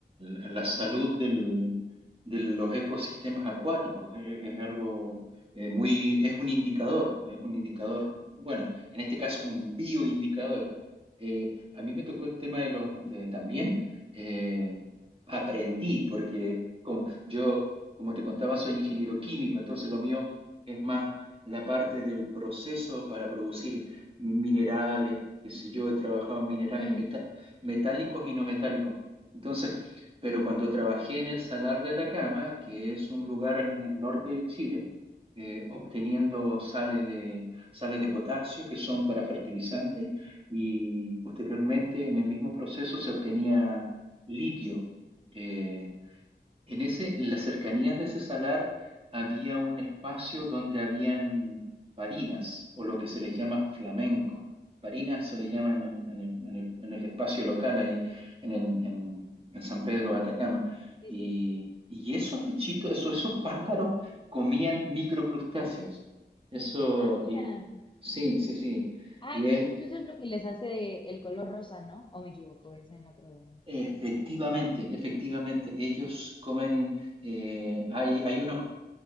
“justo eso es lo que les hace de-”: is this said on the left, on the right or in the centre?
Left